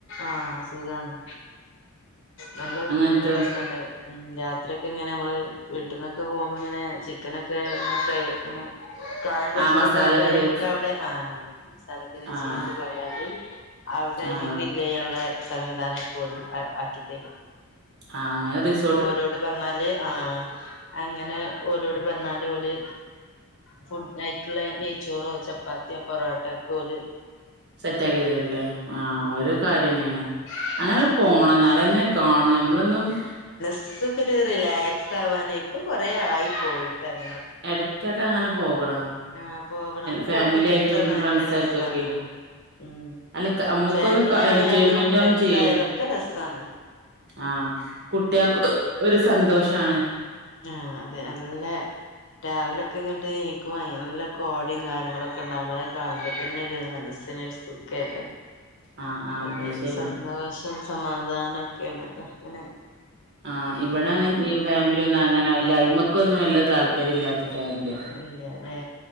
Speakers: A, on the left; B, on the right.
A: ആഹ് സുഖാണ് നല്ലൊരു
B: അങ്ങനത്തെ
A: നല്ല രസണ്ട് ര് ഉമ് രാത്രിയൊക്കെ ഇങ്ങനെ നമ്മള് വീട്ടന്നൊക്കെ പോകുമ്പോ ഇങ്ങനെ ചിക്കനൊക്കെ ഇങ്ങനെ ഫ്രൈ ഇങ്ങനെ പ്രായംന്തെച്ചൊക്കെ
B: ആ മസാലൊക്കെ
A: കൊണ്ടുപോയ
B: തേച്ച്
A: ഞമ്മക്ക് അവിടെ ആഹ് മസാലക്കെതേച്ച്
B: ആഹ്
A: കൊണ്ടപയാല് അവിടെ
B: ആഹ്
A: എനിഗ്രിൽ തെയ്യാനുള്ളെ സംവിധാനക്കെ ഒത് അ ആക്കി തരും.
B: ആഹ്ങ്ങനേ റീസ്ക്
A: ക്കൊലോട് പറഞ്ഞാല് ആഹ് അങ്ങനെ ഓലോട് പറഞ്ഞാല് ഓല് ഫുഡ് നൈക്കളെ നെയ്ച്ചോറോ ചപ്പാത്തിയോ പൊറോട്ടക്കോല്
B: സെറ്റ് ആക്കിതരൂല്ലേ ആഹ് ഒരു
A: ഉം
B: കാര്യ
A: ഉം
B: ന്നെയാണ്. അങ്ങനെ
A: ഉം
B: പോണം എന്നാലേന്നെ കാണും നമ്മളൊന്നുംഅ
A: അതോക്കെ ഒരു റിലാക്സ് ആവാനെ ഇപ്പൊ കൊറേ ആയി പോയിട്ട് അങ്ങ്
B: എടക്കൊക്കെ അങ്ങനെ പോകണം.
A: ആഹ് പോവണം അങ്ങനെ
B: ഫാമിലി
A: പോകുമ്പോക്കെ
B: ആയിട്ടും
A: എന്താന്ന്
B: ഫ്രണ്ട്സായിട്ടും
A: നല്ല രസാണ്
B: ഒക്കെ
A: ഉം
B: അല്ല ക് അമ്മുക്കൊന്ന്
A: ഫാമിലി
B: എൻജോയ്മെന്റ്
A: ആയാലും ഫ്രണ്ട്സ്
B: ആവേം ചെയ്യും.
A: ആയാലും ഒക്കെ രസാണ്
B: ആഹ് കുട്ടികൾക്ക് ഒരു സന്തോഷാണ്.
A: ആഹ് അതെയല്ലേ. രവിലെക്കെ ഇങ്ങട്ട് ക്ക് നല്ല കോടേം കാര്യങ്ങളൊക്കെ ഉണ്ടാവുമ്പോ കാണുമ്പോ തന്നെ ഒരു മനസ്സിനൊരു ത്ക്കെല്ലേ
B: ആഹ് ആഹ്
A: ഒരു
B: അത് ശരിയാ
A: സന്തോഷ സമാധാനൊക്കെയാണല്ലോ അങ്ങനെ
B: ആഹ് ഇവിടെ അങ്ങ് ഈ ഫാമിലി ഒന്നും അങ്ങനെ അല്ല അയിമ ക്കൊന്നും വല്യ താല്പര്യം ഇല്ലാത്ത ഫാമിലി
A: ഇല്യല്ലേ?